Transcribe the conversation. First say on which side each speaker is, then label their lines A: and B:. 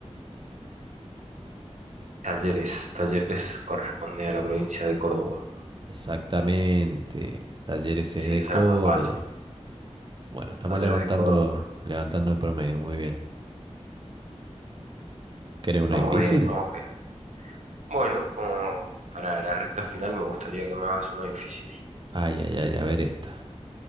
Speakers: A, on the right (about 80°); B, on the right (about 40°).
A: Talleres. Talleres corresponde a la provincia de Córdoba.
B: Exactamente. Talleres
A: Sí,
B: es de
A: esa
B: Córdoba.
A: era más fácil.
B: Bueno, estamos
A: Talleres
B: levantando,
A: de Córdoba.
B: levantando el promedio, muy bien. ¿Querés una
A: Vamos
B: difícil?
A: bien, vamos bien. Bueno, como para la recta final me gustaría que me hagas uno difícil.
B: Ay, ay, ay, a ver esta.